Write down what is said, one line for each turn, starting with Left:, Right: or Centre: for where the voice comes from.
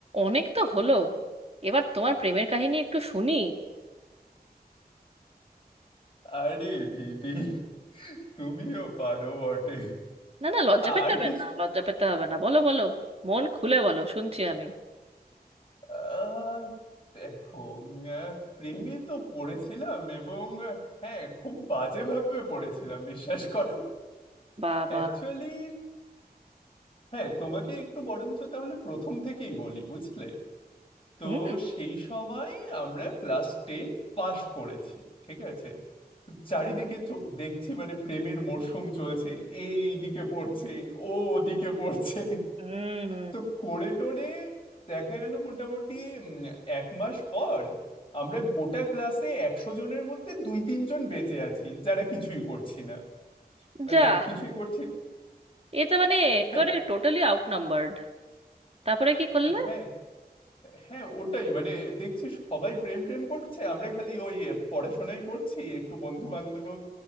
Right: অনেক তো হলো এবার তোমার প্রেমের কাহিনী একটু শুনি
Left: আরে দিদি তুমিও পারো বটে
Right: না না লজ্জা পেতে
Left: আর
Right: হবে
Left: কিছু
Right: না লজ্জা পেতে হবে না বলো বলো মন খুলে বলো শুনছি আমি
Left: আহ, দেখো উম, আহ, প্রেমে তো পড়েছিলাম এবং আহ, হ্যাঁ খুব বাজেভাবে পড়েছিলাম বিশ্বাস করো
Right: বাবা
Left: অ্যাকচুয়ালি হ্যাঁ তোমাকে একটু বরঞ্চ তাহলে প্রথম থেকেই বলি বুঝলে তো
Right: হুম
Left: সেই সময় আমরা ক্লাস টেন পাশ করেছি ঠিক আছে তো চারিদিকে চ- দেখছি মানে প্রেমের মরশুম চলছে এ এইদিকে পড়ছে ও ওদিকে পড়ছে
Right: হুম
Left: তো করে টোরে দেখা গেল মোটামুটি উম, এক মাস পর আমরা গোটা ক্লাসে একশো জনের মধ্যে দুই তিনজন বেঁচে আছি যারা কিছুই করছি না মানে
Right: যা
Left: কিছুই করছি
Right: এ তো মানে একেবারে
Left: হ্যাঁ
Right: টোটালি আউট নাম্বারড তারপরে কি করলে
Left: হ্যাঁ হ্যাঁ ওটাই মানে দেখছি সবাই প্রেম প্রেম করছে আমরা খালি ওই এ, পড়াশোনাই করছি একটু বন্ধু বান্ধব